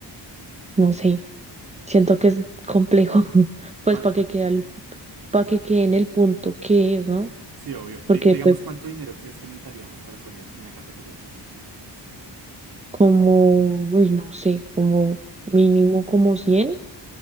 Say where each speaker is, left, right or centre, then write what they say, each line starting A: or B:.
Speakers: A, on the right; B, on the right.
A: No sé, siento que es complejo, <laughs> pues
B: ¿Cuán-
A: para
B: cu-
A: que quede, al- pa' que quede en el punto que es, ¿no?
B: sí, obvio. Di-
A: Porque
B: digamos,
A: pues
B: ¿cuánto dinero crees que necesitaríamos para poner una cafetería así chiquitica?
A: como, uy, no sé, como mínimo como cien.